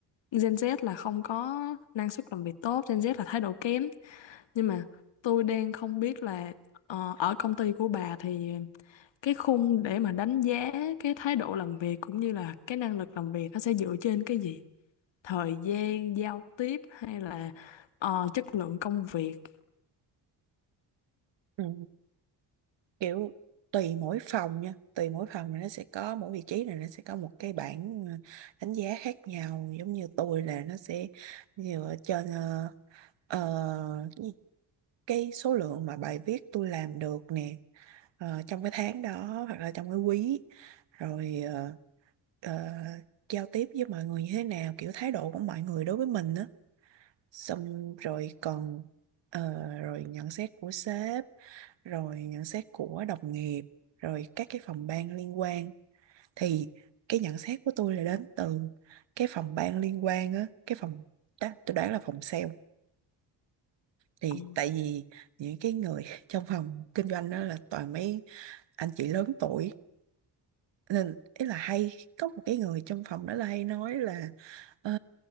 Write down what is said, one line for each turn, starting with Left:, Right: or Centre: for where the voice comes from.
Left: Gen Z là không có năng suất làm việc tốt, Gen Z là thái độ kém. Nhưng mà tôi đang không biết là ờ, ở công ty của bà thì cái khung để mà đánh giá cái thái độ làm việc cũng như là cái năng lực làm việc nó sẽ dựa trên cái gì? Thời gian giao tiếp hay là ờ, chất lượng công việc?
Right: ừ, kiểu tùy mỗi phòng nha tùy mỗi phòng là nó sẽ có mỗi vị trí là nó sẽ có một cái bảng ờ, đánh giá khác nhau giống như tôi là nó sẽ dựa trên uh, cái số lượng mà bài viết tôi làm được nè ờ, trong cái tháng đó hoặc là trong cái quý rồi ờ, ờ, giao tiếp với mọi người như thế nào kiểu thái độ của mọi người đối với mình á xong rồi còn ờ, rồi nhận xét của sếp rồi nhận xét của đồng nghiệp rồi các cái phòng ban liên quan thì cái nhận xét của tôi là đến từ cái phòng ban liên quan á cái phòng ta- tôi đoán là phòng sale thì
Left: Ừ.
Right: tại vì những cái người <laughs> trong phòng kinh doanh đó là toàn mấy anh chị lớn tuổi nên ý là hay có một cái người trong phòng đó là hay nói là "Ờ,